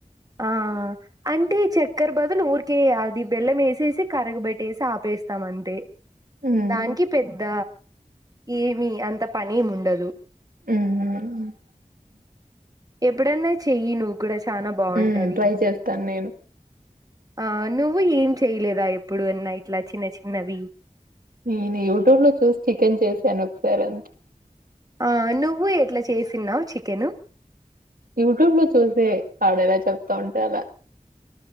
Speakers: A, on the right (about 25°); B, on the right (about 80°).
A: ఆ అంటే చక్కెర బదులు ఊరికే అది బెల్లం ఏసేసి కరగబెట్ ఏసి ఆపేస్తాం అంతే
B: మ్మ్
A: దానికి పెద్ద ఏ మీ అంత పని ఎమ్ ఉండదు
B: ఉహు
A: ఎప్పుడన్న చెయి నువ్వు కూడా చాలా బాగుంటది
B: హ్మ్ ట్రై చేస్తాను నేను
A: ఆ నువ్వు ఏం చేయలేదా ఎప్పుడు అన్నా ఇట్లా చిన్న చిన్నవి
B: నేను యూట్యూబ్ లో చూసి చికెన్ చేశాను ఒకసారి అంత్
A: ఆ నువ్వు ఎట్లా చేసినవు చికెను
B: యూట్యూబ్ లో చూసే వాడు ఎలా చెప్తా ఉంటే అలా